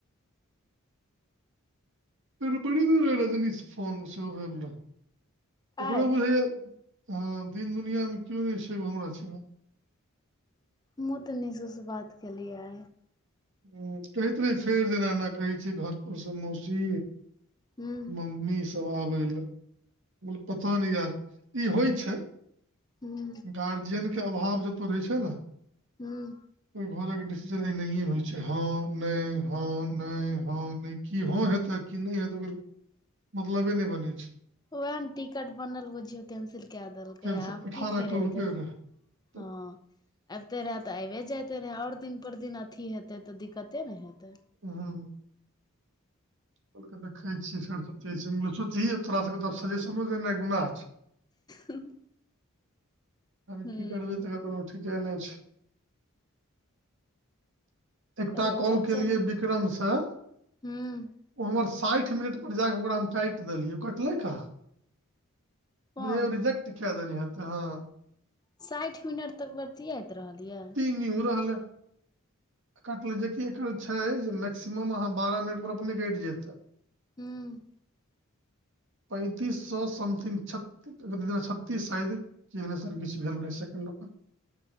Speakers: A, on the right; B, on the left.
A: फेर बड़ी देर रै रजनीश फोन सेहो भेल रहै, ओकरो
B: आइ
A: बुझाइयैऽ हँ, दिन दुनिया में कियो नैय छै एगो हमरा सिबा।
B: हमुॅं तऽ निशु स बात केलियै।
A: हूँ, कहैत रहे छैय जे एना एना कहै छै घऽर पर स मौसी।
B: ह
A: मम्मी सब आबै लैऽ, हम कलियै पता नै यार ई होइ छै।
B: ह
A: गार्जियन के अभाव जत्ताऽ रहै छै न?
B: हुॅंम्म।
A: ओई घरक डिसीजन एनाहिये होइ छै, हँ, नै, हँ, नै, हँ, नै, कि हँ हेतैऽ कि नै हेतै ओकर मतलबे नैय बनै छै।
B: वैह न टिकट बनल बुझियौ कैंसिल कैऽ देलकै,
A: केहन से
B: आब
A: अठारह
B: की फेर
A: कहलकै
B: एतै?
A: रहए तऽ
B: हँ। अबिते रहैऽ तऽ आइबे जइते रहैऽ, और दिन पर दिन अथी हेतै तऽ दिक्कते न हेतै?
A: हूँ। कहलकै देखै छियै फेर सोचै छियै, हम्म सोचही तोरा सबके तऽ आब सजेशनो देनाई गुनाह छै।
B: हूंः।
A: आब इ
B: हूं
A: की करबै? तकर कोनो ठीके नै छै। एकटा
B: कहली
A: कॉल
B: आबि
A: केलियै
B: जाइत
A: बिक्रम स ओ
B: हूं
A: हमर साठि मिनट पर जाकऽ ओकरा हम काइट देलियै, ओ कटलै कहाँ?
B: कोन
A: बुझाइयैऽ ओ रिजेेक्ट कैऽ देने हेतै, हँ।
B: साइठ मिनट तक बतियाइत रहलियै?
A: निहू रहलै कटल जेकि एकर छै जे मैक्सिमम अहाँ बारह मिनट पर अपने कटि जेतै।
B: हूँ।
A: पैंतीस सौ समथिंग छत्तीस शायद। कि एहने सन किछु भेल रहे सेकेंड ओकर।